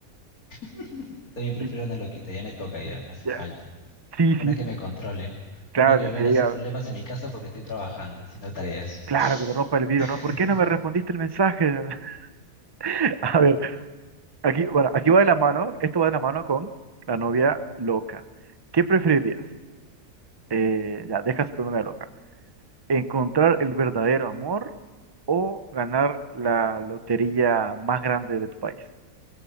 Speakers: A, on the left (about 75°); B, on the right (about 20°).
A: <laughs> Yo también prefiero
B: Y,
A: una loquita, ya me toca, ya me hace
B: ya,
A: falta.
B: Sí,
A: Una
B: sí,
A: que me controle,
B: claro
A: una que
B: que
A: me
B: te
A: venga
B: diga,
A: a hacer problemas en mi casa porque estoy trabajando, haciendo tareas.
B: claro que te rompa el vidrio,
A: <laughs>
B: ¿no? ¿Por qué no me respondiste el mensaje? <laughs> A ver. Aquí, bueno, aquí va de la mano, esto va de la mano con la novia loca. ¿Qué preferirías? Eh, ya, dejas a tu novia loca. ¿Encontrar el verdadero amor o ganar la lotería más grande de tu país?